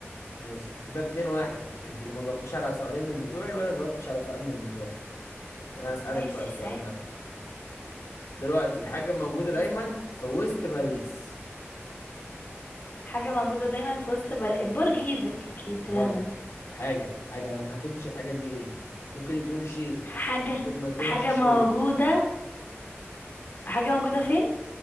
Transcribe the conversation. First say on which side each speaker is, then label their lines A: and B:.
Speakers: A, on the left (about 90°); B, on the left (about 45°).
A: ماشي كده اتنين واحد انت ما جاوبتيش على سؤالين من بتوعي وانا جاوبتش على سؤال من بتوعي انا اسألك
B: ماشي
A: بقى السؤال
B: عادي
A: ده دلوقتي حاجة موجودة دايما
B: اسأل
A: في وسط باريس
B: حاجة موجودة دايما في وسط بل... برج ايفل اكيد
A: غلط
B: ده الهبل ده
A: حاجة حاجة انا ما حددتش الحاجة دي ايه ممكن يكون شيء
B: حاجة
A: ممكن ما يكونش
B: حاجة
A: شيء
B: موجودة حاجة موجودة فين